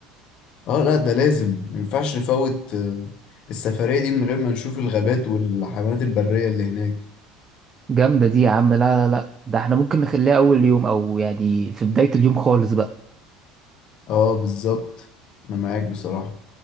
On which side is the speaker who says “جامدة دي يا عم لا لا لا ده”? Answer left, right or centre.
Right